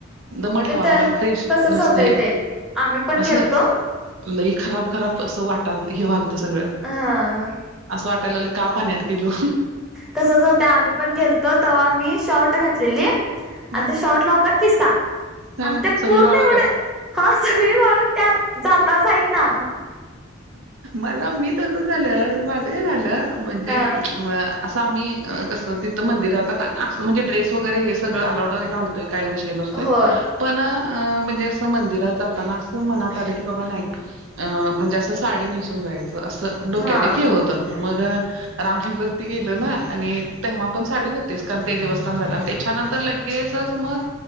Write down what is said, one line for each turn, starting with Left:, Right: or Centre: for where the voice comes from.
Right: दमटं
Centre: ते
Right: हवामांन
Centre: तर
Right: फ्रेश
Centre: तसच
Right: नसते
Centre: होतय ते आम्ही पण
Right: असं
Centre: गेलतो
Right: लई खरांब खरांब असं वाटालं हेवालतं सगळं
Centre: हां
Right: असं वाटायंलं कां पाण्यांत गेलो
Centre: तसंच होतं आम्हीं पणं गेलतो तेंव्हा मी शॉर्ट घातलेली आणि
Right: हम्म
Centre: त्यां शॉर्ट लां होतां खिसां
Right: ह
Centre: आणि ते
Right: सगळी
Centre: पूर्ण
Right: वाळवत्यात.
Centre: एवढे हां सगळीं वाळूं त्यांत जातां जाईनां
Right: मलां मी तसं झालं माझं झालं म्हणजे
Centre: हा
Right: अ असं आम्हीं कसं तिथं मंदिरांतहात म्हणजे ड्रेस वगैरें हे सगळं अलाउड घालतोयं कां विषय नसतो
Centre: हो
Right: पणं म्हणजे असं मंदिरांत जातांना असं मणांत आलं की बाबां नाहीं अ म्हणजे असं सांडी नेसूंन जायचं असं डोक्यांत
Centre: हा
Right: एक हे होतं मंग रामंलीवररती गेलो नां आणि तेंव्हा पणं सांडी बदंलू तेचं ते देवस्थानं झालं आणि त्यांच्यानंतर लगेचचं मंण